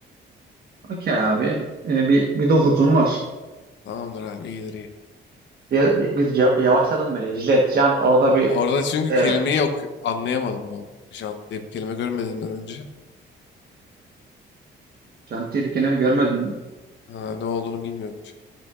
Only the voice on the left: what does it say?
Tamamdır abi iyidir iyi.
Orada çünkü
kelimeyi yok anlayamadım ne oldu. Jant diye bir kelime görmediğimden önce.
Ha, ne olduğunu bilmiyorum jant.